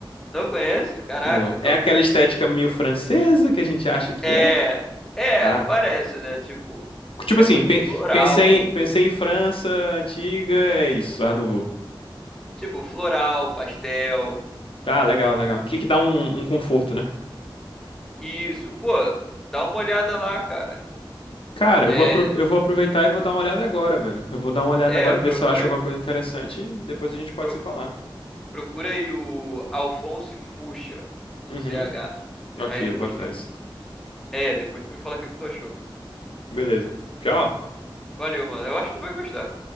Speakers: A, in the centre; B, on the left.
A: Não conhece? Caraca,
B: Não.
A: então.
B: É aquela estética meio francesa que a gente acha que
A: É.
B: é?
A: É,
B: Ah.
A: parece, né? Tipo,
B: Tipo
A: é
B: assim,
A: muito
B: pe-
A: floral.
B: pensei, pensei em França antiga, é isso, Art Nouveau.
A: É Tipo, floral, pastel.
B: Tá, legal, legal. Que que dá um, um conforto, né?
A: Isso. Pô, dá uma olhada lá, cara.
B: Cara,
A: É,
B: eu vou, apro- eu vou aproveitar e vou dar uma olhada agora, velho. Eu vou dar uma olhada
A: é,
B: agora,
A: procura,
B: ver se eu acho alguma coisa interessante e depois a gente pode
A: pro-
B: se falar.
A: procura aí o Alphonse Mucha, com
B: Uhum.
A: C H
B: Ok,
A: Aí depois
B: eu vou atrás.
A: tu. É, depois tu me fala o que que tu achou.
B: Beleza. Tchau.
A: Valeu, mano. Eu acho que tu vai gostar.